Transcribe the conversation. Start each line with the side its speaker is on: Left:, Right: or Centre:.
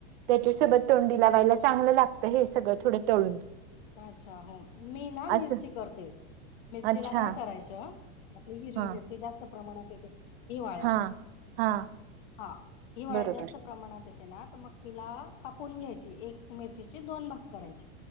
Right: त्याच्या सोबत तोंडी लावायला चांगलं लागतं हे सगळं थोडं तळून.
Left: अच्छा हो मीना मिरची
Right: असं
Left: करते, मिरचीला
Right: अच्छा
Left: काय करायचं आपली हिरवी
Right: हा
Left: मिरची जास्त प्रमाणात येते. हिवाळ्यात
Right: हा हा
Left: हा हिवाळ्यात
Right: बरोबर
Left: जास्त प्रमाणात येत. मग तिला कापून घ्याची एक मिर ची चे दोन भाग करायचे.